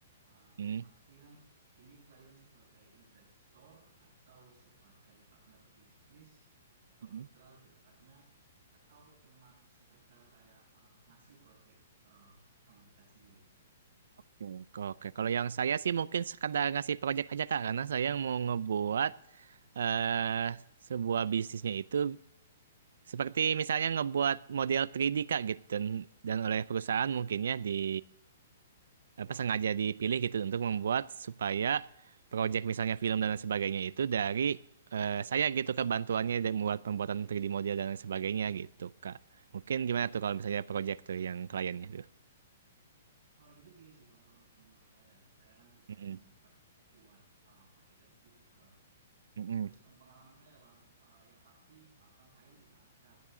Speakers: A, on the right; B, on the right.
A: ah,
B: mm-mm,
A: yang pasti kan ini klien sebagai investor atau sebagai partner bisnis atau
B: mm-mm.
A: mitra lebih tepatnya, atau cuma sekedar kayak ah, ngasih project ah, Bang Reka sendiri.
B: Oke, oke. oke. Kalau yang saya sih mungkin sekedar ngasih project aja Kak, karena saya mau ngebuat eh sebuah bisnisnya itu seperti misalnya ngebuat model 3D Kak gitu dan, dan oleh perusahaan mungkinnya di apa sengaja dipilih gitu untuk membuat supaya project misalnya film dan lain sebagainya itu dari eh, saya gitu Kak bantuannya dan membuat pembuatan 3D model dan lain sebagainya gitu Kak. Mungkin gimana tuh kalau misalnya project tuh yang kliennya tuh?
A: Eh, jadi gini sih Bang, kalau misalnya menurut saya, ya, saya kan juga
B: Mm-mm,
A: sempat buat eh, project kayak gitu juga.
B: mm-mm,
A: Based on pengalaman saya, Bang, eh, yang pasti eh, kan klien udah ada.